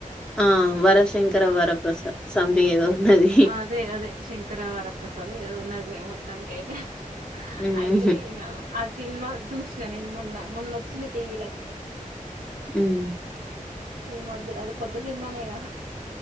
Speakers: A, in the centre; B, on the right.
A: ఆ వర శంకర వరప్రసాద్ సంథింగ్ ఏదో ఉన్నది
B: ఆ అదే అదే శంకర వర ప్రసా అదే ఏదోన్నది మొత్తనీకయితే
A: ఉహు
B: అయితే ఇగా సిన్మా చూసినా నేను మొన్న. మొన్నోచ్చింది టీవీలకు.
A: ఉమ్
B: ఈ మధలా అది కొత్త సినిమానేేగా